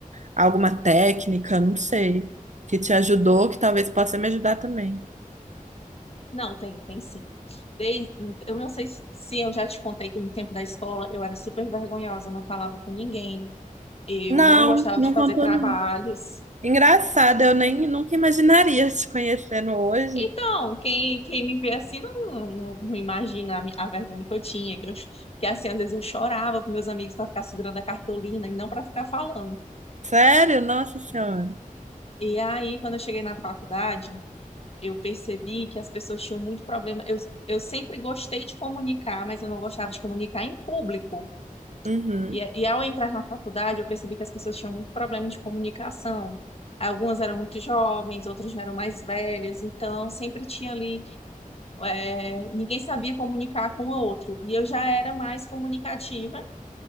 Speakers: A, on the right; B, on the left.
A: alguma técnica, não sei, que te ajudou, que talvez possa me ajudar também.
B: Não, tem, tem sim. Desde, eu não sei se se eu já te contei que no tempo da escola eu era super vergonhosa, não falava com ninguém, eu
A: Não,
B: não gostava
A: não
B: de fazer
A: contou,
B: trabalhos.
A: não. Engraçado, eu nem nunca imaginaria te conhecendo hoje.
B: Então, quem, quem me vê assim não, não, não imagina a, mi- a vergonha que eu tinha, que, eu, que assim, às vezes eu chorava com meus amigos para ficar segurando a cartolina e não para ficar falando.
A: Sério? Nossa Senhora.
B: E aí, quando eu cheguei na faculdade, eu percebi que as pessoas tinham muito problema. Eu, eu sempre gostei de comunicar, mas eu não gostava de comunicar em público.
A: Uhum.
B: E, e ao entrar na faculdade, eu percebi que as pessoas tinham muito problema de comunicação. Algumas eram muito jovens, outras já eram mais velhas, então sempre tinha ali, é, ninguém sabia comunicar com o outro. E eu já era mais comunicativa